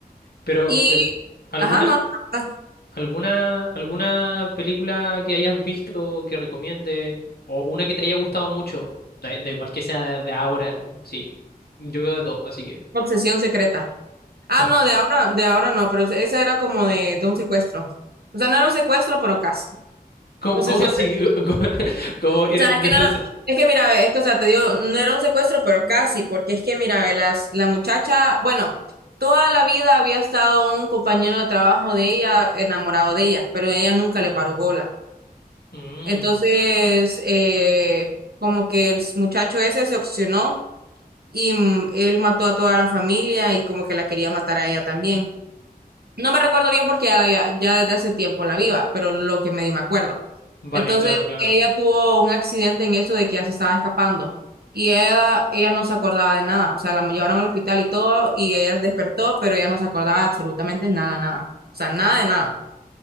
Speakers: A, on the left; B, on the right.
A: Pero,
B: Y,
A: pero, ¿alguna,
B: ajá, no, no,
A: alguna, alguna película que hayas visto que recomiende? O una que te haya gustado mucho. Da, da igual que sea de, de ahora. Sí. Yo veo de todo, así que.
B: no, obsesión secreta. Ah,
A: Ops.
B: no, de ahora, de ahora no, pero esa era como de, de un secuestro. O sea, no era un secuestro, pero casi.
A: ¿Cómo,
B: O
A: cómo
B: sea, siempre,
A: así? <laughs> ¿Cómo, cómo eres-
B: o sea,
A: <laughs> no
B: es que
A: eres-
B: no era, es que mira, ve, es que, o sea, te digo, no era un secuestro, pero casi, porque es que mira, ve, las, la muchacha, bueno, toda la vida había estado un compañero de trabajo de ella enamorado de ella, pero ella nunca le paró bola.
A: Mm,
B: Entonces, eh, como que el muchacho ese se obsesionó y mm, él mató a toda la familia y como que la quería matar a ella también. No me recuerdo bien porque ya, la había- ya desde hace tiempo la viva, pero lo que medio me acuerdo.
A: vale,
B: Entonces,
A: claro, claro.
B: ella tuvo un accidente en eso de que ella se estaba escapando y ella, ella no se acordaba de nada. O sea, la llevaron al hospital y todo y ella despertó, pero ella no se acordaba de absolutamente nada, nada. O sea, nada de nada.